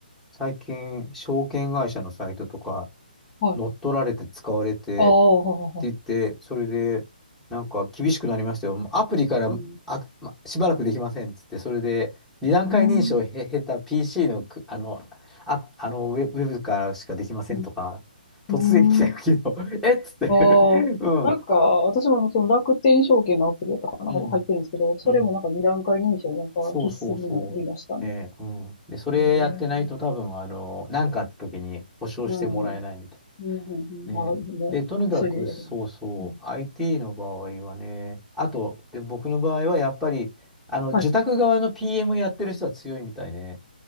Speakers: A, in the centre; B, on the left.
A: 最近、証券会社のサイトとか、
B: はい。
A: 乗っ取られて使われてって
B: ああ、ははは。
A: 言って、それで、なんか厳しくなりましたよ。もうアプリからあ、
B: うん。
A: ましばらくできませんっつって、それで二段階認証をへ経た
B: うん。
A: PC のく、あの、あ、あのウェブ、ウェブからしかできませんとか、
B: うん。
A: 突然来たよ、
B: うん
A: 昨日。<laughs> えっつって
B: ああ、
A: <laughs> うん。
B: なんか、私もあのその楽天証券のアプリだったかな、
A: うん。
B: 入ってるんですけど、それもなんか二段階認証なんか必須になりましたね。
A: うん。そうそうそう。ね、うん。で、それやってないと多分、
B: へえ
A: あの、なんかあった時に保証してもらえないみたいな。
B: うん。うん、うん、
A: ね。
B: うん。ああ、もう、
A: で、とにかく、
B: 急いでやります。
A: そうそう、
B: うん。
A: IT の場合はね、あと、で、僕の場合はやっぱり、あの、受託側の
B: はい。
A: PM やってる人は強いみたいね。